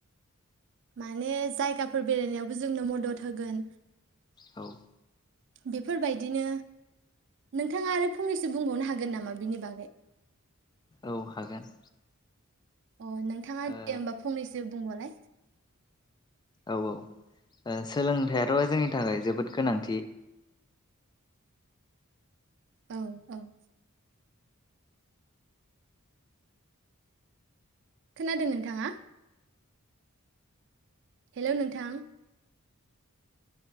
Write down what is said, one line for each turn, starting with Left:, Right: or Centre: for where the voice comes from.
Right: माने जायगाफोर बेरायनायावबो जोंनो मदद होगोन।
Left: औ।
Right: बेफोरबायदिनो नोंथाङा आरो फंनैसो बुंबावनो हागोन नामा बिनि बागै?
Left: औ हागोन।
Right: अ नोंथाङा
Left: ओ
Right: दे होमबा फंनैसो बुंबावलाय।
Left: औ औ ओ सोलोंथाइआथ' जोंनि थाखाय जोबोद गोनांथि।
Right: औ औ। खोनादों नोंथाङा? हेलौ नोंथां।